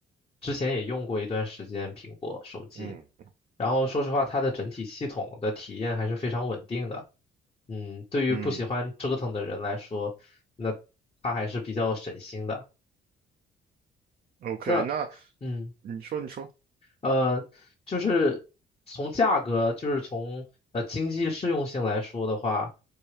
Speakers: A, on the left; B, on the right.
A: 之前也用过一段时间苹果手机，
B: 嗯
A: 然后说实话，它的整体系统的体验还是非常稳定的。嗯，对于不喜欢折腾的人来说，
B: 嗯
A: 那它还是比较省心的。
B: ，OK，
A: 那
B: 那
A: 嗯
B: 你说你说。
A: 呃，就是从价格，就是从呃经济适用性来说的话，